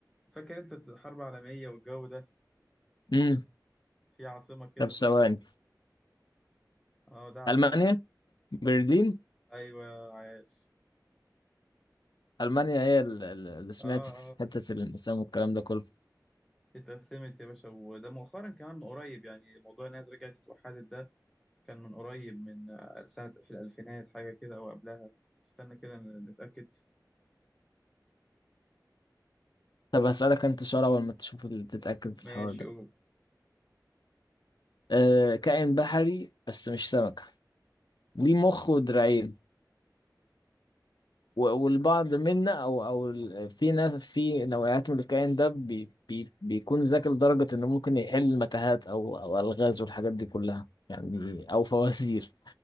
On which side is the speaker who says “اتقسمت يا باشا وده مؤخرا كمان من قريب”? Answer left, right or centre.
Centre